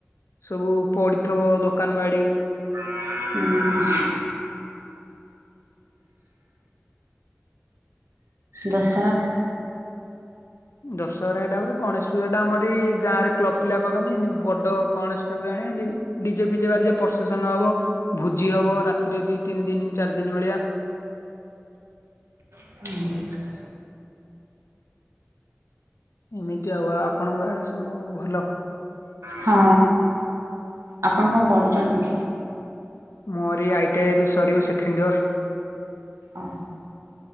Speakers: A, on the left; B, on the right.
A: ସବୁ ପଡିଥିବ ଦୋକାନ ବାଡି।
B: ହୁଁ। <inaudible> ଦଶହରା।
A: ଦଶହରା ଏଇଟା ହୁଏ ଗଣେଶ ପୂଜା ଟା ଆମର ଏଇ ଗାଁରେ କ୍ଲବପିଲା କରନ୍ତି ହେଏନ୍ତି ବଡ ଗଣେଶ‌ <unintelligible> ଆଣି ଡିଜେ ଫିଜେ ବାଜିବ ପ୍ରଶେସନ ହବ। ଭୋଜି ହବ ରାତିରେ ଦି ତିନି ଦିନ ଚାରି ଦିନ ଭଳିଆ।
B: ହୁଁ
A: ଏମିତି ଆଉ ଆଉ ଆପଣଙ୍କ ଆଡେ ସବୁ ଭଲ?
B: ହଁ ଆପଣ କଣ ପଢୁଛନ୍ତି?
A: ମୋରି ଆଇ ଟି ଆଇ ଏବେ ସରିବ ସେକେଣ୍ଡ ଇୟର୍।
B: ଓ